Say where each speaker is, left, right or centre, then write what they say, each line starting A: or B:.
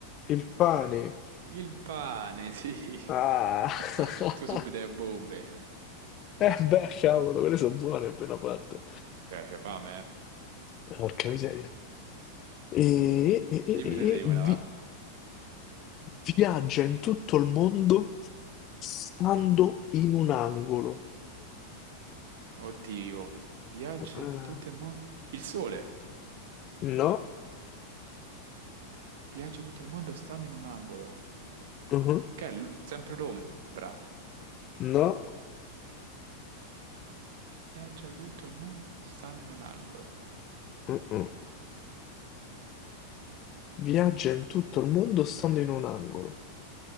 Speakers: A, on the left (about 35°); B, on the right (about 55°).
A: il pane.
B: il pane, sì.
A: Ah.
B: <laughs>
A: <laughs>
B: Tu subito le bombe.
A: Eh beh, cavolo, quelle sono buone appena fatte.
B: Cioè, c'è fame, eh?
A: Porca miseria. E, e-
B: Dimmene
A: e- e-
B: te
A: e
B: una, va?
A: vi- viaggia in tutto il mondo stando in un angolo.
B: Oddio, vi- viaggia
A: Eh,
B: di tutto il mondo. Il sole,
A: no,
B: viaggia di tutto il mondo, stanno in un angolo.
A: mhm,
B: Che è l- sempre l'ombra.
A: no,
B: Viaggia di tutto il mondo, stanno in un angolo.
A: mm, mm. Viaggia in tutto il mondo stando in un angolo.